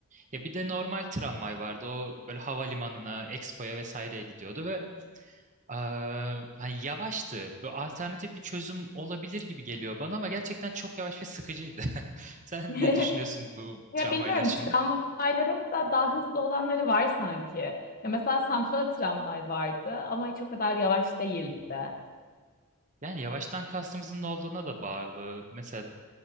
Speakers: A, on the right; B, on the left.
A: Ya bir de normal tramvay vardı. O böyle havalimanına, Expo'ya vesaireye gidiyordu ve eee, hani yavaştı. Bu alternatif bir çözüm olabilir gibi geliyor bana ama gerçekten çok yavaş ve sıkıcıydı. <laughs> Sen
B: <laughs>
A: ne düşünüyorsun bu
B: Ya
A: tramvaylar
B: bilmiyorum
A: için?
B: tramvayların da daha hızlı olanları var sanki. Ya mesela Samsun'da da tramvay vardı ama hiç o kadar yavaş değildi.
A: Yani yavaştan kastımızın ne olduğuna da bağlı. Mesela